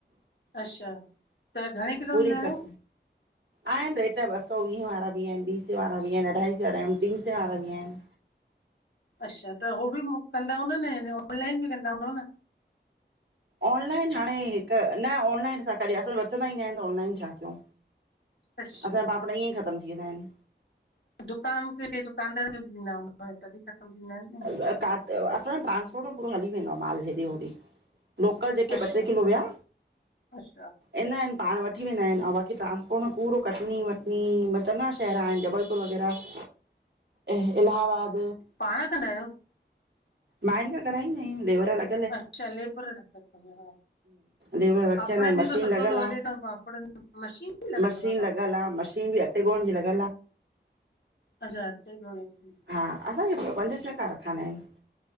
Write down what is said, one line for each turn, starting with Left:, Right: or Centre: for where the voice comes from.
Left: अच्छा, त घणे किलो
Right: पूरी
Left: ॾींदा आहियो
Right: कट आहिनि रेट ॿ सौ वीह वारा बि आहिनि ॿी सें वारा बि आहिनि अढाई सौ वारा टी सौ वारा बि आहिनि।
Left: अच्छा त हो बि कंदा हूंदा न ऑनलाइन बि कंदा हूंदव न?
Right: ऑनलाइन हाणे हिकु न ऑनलाइन असां कॾहिं असर बचंदा ई न आहिनि त ऑनलाइन छा कयूं।
Left: अच्छा
Right: असां जा पापड़ ईअं ई ख़तमु थी वेंदा आहिनि।
Left: दुकान ते ॾे दुकानदार खे बि ॾींदा हूंदव तॾी ख़तमु थींदा आहिनि।
Right: <unintelligible> असांज
Left: न
Right: ट्रांस्पोर्ट में पूरो हली वेंदो आ माल हेॾे होॾे। लोकल जेके ॿ
Left: अच्छा
Right: टे किलो विया।
Left: अच्छा
Right: ईंदा आहिनि पाण वठी वेंदा आहिनि ऐं बाक़ी ट्रांस्पोर्ट में पूरो कटनी वटनी चङा शहर आहिनि जबल पुर वग़ैरह ऐं इलाहाबाद।
Left: पाण कंदा आहियो?
Right: मायूंनि खां कराईंदा आहियूं लेवर लॻ
Left: अच्छा लेबर रखिया तव।
Right: लेवर रखियल
Left: पापड़नि
Right: आहिनि मशीन
Left: जो त सुठो
Right: लॻियल
Left: थो
Right: आ,
Left: हले न पापड़नि मशीन बि लॻल
Right: मशीन
Left: अथव पापड़
Right: लॻियल आ मशीन बि अच
Left: अच्छा अटे ॻोहण जी
Right: हसांंजहक <unintelligible> खाना आहिनि।